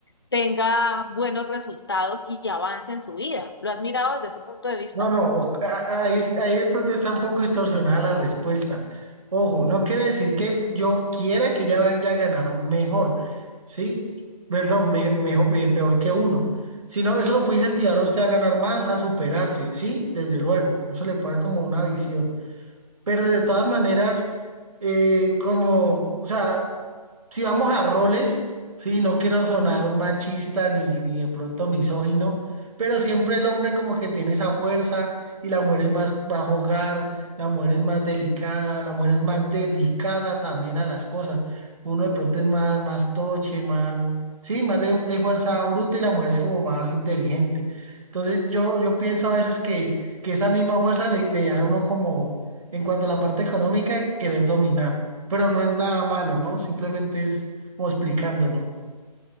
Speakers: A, on the left; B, on the right.
A: tenga buenos resultados y avance en su vida. ¿Lo has mirado desde ese punto de vista?
B: No, no, a- ahí, es- ahí de pronto está un poco distorsionada la respuesta. Ojo, no quiere decir que yo quiera que ella vaya a ganar mejor, ¿sí? Perdón, me- mejor, eh, peor que uno. Sino eso lo puede incentivar a usted a ganar más, a superarse, ¿sí? Desde luego, eso le puede dar como una visión. Pero de todas maneras, eh, como, o sea, si vamos a roles, sí, no quiero sonar machista ni, ni de pronto misógino, pero siempre el hombre como que tiene esa fuerza y la mujer es más, va a jugar, la mujer es más delicada, la mujer es más dedicada también a las cosas. Uno de pronto es más, más toche, más, sí, más de, de fuerza bruta y la mujer es como más inteligente. Entonces yo, yo pienso a veces que, que esa misma fuerza le, le da a uno como en cuanto a la parte económica, querer dominar. Pero no es nada malo, ¿no? Simplemente es como explicándolo.